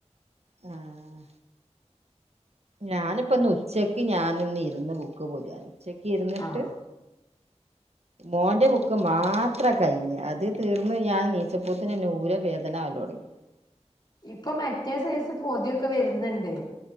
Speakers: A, on the right; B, on the left.
A: ആഹ്. ഞാന്പ്പ ന്ന് ഉച്ചക്ക് ഞാനൊന്നിരുന്ന് ബുക്ക്‌ പോത്യാന്. ഉച്ചക്കിരുന്നിട്ട്.
B: ആഹ്
A: മോന്റെ ബുക്ക്‌ മാത്ര കൈഞ്ഞേ? അത് തീർന്ന് ഞാൻ എണീറ്റപ്പൊയെക്ക് ഊര വേദനാവൽ തുടങ്ങി.
B: ഇപ്പൊ മറ്റേ സൈസ് പൊതി യൊക്കെ വര്ന്ന്ണ്ട്.